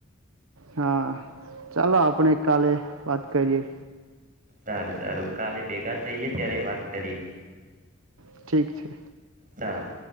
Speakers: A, on the right; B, on the right.
A: હા ચાલો આપણે કાલે વાત કરીયે.
B: સારું સારું કાલે ભેગા થઈએ ત્યારે વાત કરીએ.
A: ઠીક છે.
B: સારુ